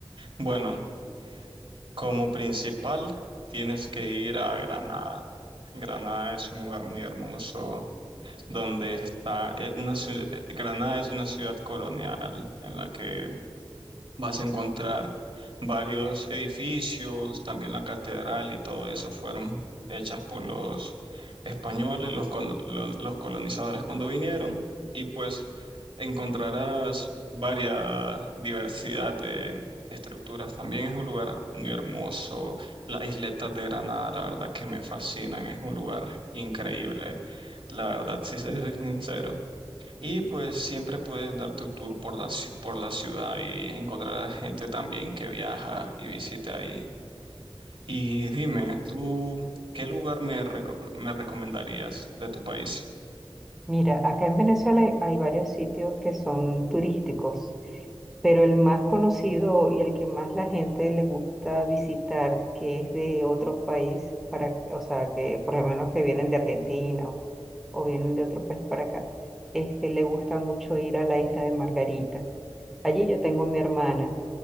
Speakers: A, on the right; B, in the centre.
A: Bueno, como principal tienes que ir a Granada. Granada es un lugar muy hermoso donde está eh, una ciu- eh, Granada es una ciudad colonial en la que Vas a encontrar varios edificios, también la catedral y todo eso fueron hechas por los españoles, los, col- lo- los colonizadores cuando vinieron. Y pues encontrarás varias diversidad de estructuras. También es un lugar muy hermoso. Las isletas de Granada, la verdad que me fascinan, es un lugar increíble. La verdad, si soy sincero. Y pues siempre puedes dar tu tour por la, ci- por la ciudad y encontrar a gente también que viaja y visita ahí. Y dime, ¿tú qué lugar me, reco- me recomendarías de tu país?
B: Mira, acá en Venezuela hay, hay varios sitios que son turísticos, pero el más conocido y el que más la gente le gusta visitar, que es de otro país, para, o sea, que por lo menos que vienen de Argentina o, o vienen de otro país para acá, este, le gusta mucho ir a la isla de Margarita. Allí yo tengo a mi hermana.